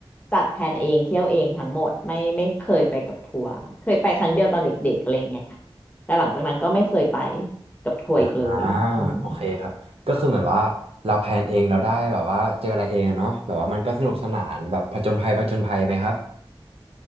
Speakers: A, on the left; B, on the right.
A: จัดแผนเองเที่ยวเองทั้งหมดไม่ไม่เคยไปกับทัวร์เคยไปครั้งเดียวตอนเด็กๆอะไรเงี้ยแต่หลังจากนั้นก็ไม่เคยไปกับทัวร์อีกเลยอืม
B: อ่าโอเคครับก็คือเหมือนว่าเราแพลนเองเราได้แบบว่าเจออะไรเองอะเนาะแบบว่ามันก็สนุกสนานแบบผจญภัยผจญภัยไหมครับ